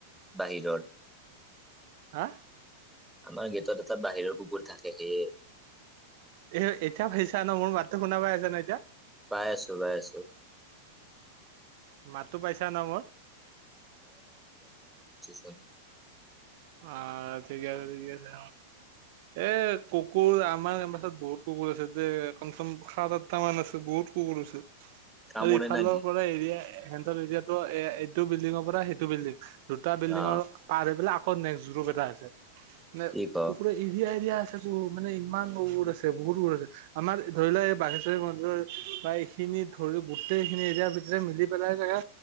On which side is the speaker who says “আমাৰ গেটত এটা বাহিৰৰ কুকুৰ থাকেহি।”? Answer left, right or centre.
Centre